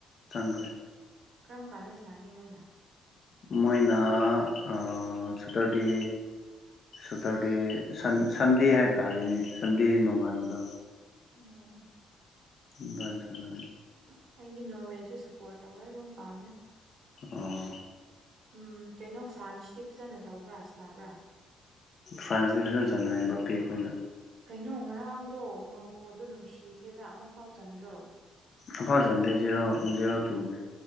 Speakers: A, on the left (about 50°); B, on the right (about 65°).
A: ꯆꯪꯈ꯭ꯔꯦ꯫
B: ꯀꯔꯝꯀꯥꯟꯗ ꯁꯅꯥꯅꯤ ꯃꯣꯏꯅ꯫
A: ꯃꯣꯏꯅ ꯑ ꯁꯇꯔꯗꯦ ꯁꯇꯔꯗꯦ ꯁꯟꯗꯦ ꯍꯥꯏꯇꯥꯔꯦꯅꯦ ꯁꯟꯗꯦ ꯅꯣꯡꯉꯥꯟꯕꯗꯣ꯫
B: ꯎꯝ ꯎꯝ꯫
A: ꯗꯨꯋꯥꯏ ꯁꯅꯥꯒꯅꯤ꯫
B: ꯎꯝ ꯑꯩꯗꯤ ꯅꯣꯔꯋꯦꯁꯨ ꯁꯞꯄꯣꯔꯠ ꯇꯧꯋꯦ ꯑꯗꯨꯝ ꯄꯥꯝꯃꯦ꯫
A: ꯑꯣ꯫
B: ꯎꯝ ꯀꯩꯅꯣ ꯐ꯭ꯔꯥꯟꯁꯇꯤ ꯐꯖꯅ ꯇꯧꯕ꯭ꯔꯥ ꯁ꯭ꯅꯥꯕ꯭ꯔꯥ꯫
A: ꯐ꯭ꯔꯥꯟꯁꯗꯤ ꯐꯖꯟ ꯁꯥꯟꯅꯑꯦ ꯕꯥꯄꯦ ꯈꯣꯏꯅ꯫
B: ꯀꯩꯅꯣ ꯉꯔꯥꯡꯗꯣ ꯃꯣꯔꯣꯛ ꯀꯣꯗꯨ ꯅꯨꯡꯁꯤꯈ꯭ꯔꯦꯗ ꯑꯃꯐꯥꯎ ꯆꯟꯗ꯭ꯔꯣ꯫
A: ꯑꯝꯐꯥꯎ ꯆꯟꯗꯦ ꯖꯦꯔꯣ ꯖꯦꯔꯣ ꯇꯨ ꯅꯦ꯫